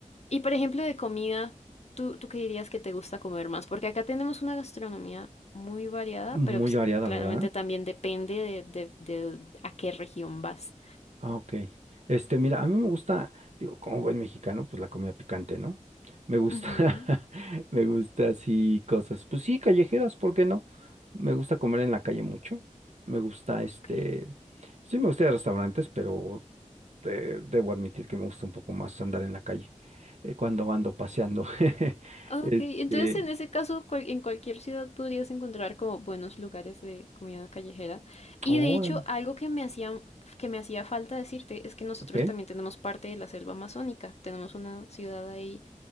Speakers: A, on the left; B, on the right.
A: Y por ejemplo de comida, ¿tú, tú qué dirías que te gusta comer más? Porque acá tenemos una gastronomía muy variada,
B: Muy
A: pero pues,
B: variada,
A: claramente
B: ¿verdad?
A: también depende de, de- de a qué región vas.
B: Ah, ok. Este, mira, a mí me gusta, digo, como buen mexicano, pues la comida picante, ¿no? Me gusta,
A: Ujú.
B: <laughs> me gusta así cosas, pues sí, callejeras, ¿por qué no? Me gusta comer en la calle mucho. Me gusta, este,
A: Ok.
B: sí, me gusta ir a restaurantes, pero eh, debo admitir que me gusta un poco más andar en la calle eh, cuando ando paseando. <laughs>
A: Ah,
B: Este,
A: Ok, entonces en ese caso cual- en cualquier ciudad podrías encontrar como buenos lugares de comida callejera. Y
B: órale,
A: de hecho, algo que me hacía, que me hacía falta decirte es que nosotros
B: ok.
A: también tenemos parte de la selva amazónica. Tenemos una ciudad ahí